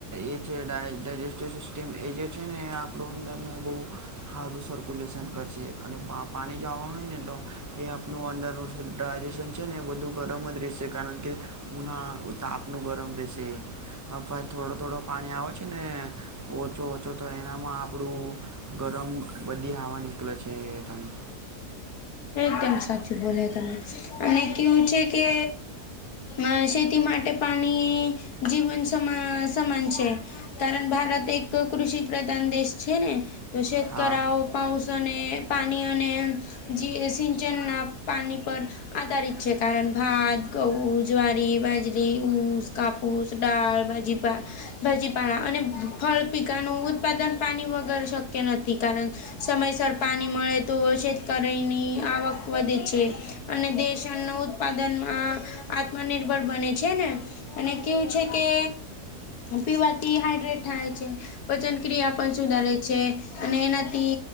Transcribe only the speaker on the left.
એકદમ સાચું બોલે તમે અને કેવું છે કે. અ શેતી માટે પાણી જીવન સમા સમાન છે. કારણ ભારત એક કૃષિ પ્રધાન દેશ છે ને. તો શેતકઓ
પાઉસ અને પાણી અને. જેી સિંચન ના પણી પર. આધારિત છે કારણ ભાત ગઉ જ્વારી બાજરી સ કાપ. ફુસ ડળ ભાજી પા. ભાજીપળા અને ફળ પિકાનું ઉત્પાદન પાણી વગર શક્ય નથી કારણ. સમયસર પાણી મળે તો હોય છે. કરીની આવક વધે છે અને દેશ અન્ન ઉત્પાદનમાં. આત્મનિર્ભર બને છે ને અને કેવું છે કે. પીવાથી હાઇડ્રેટ થાય છે. પચન ક્રિયા પણ સુધારે છે અને એનાથી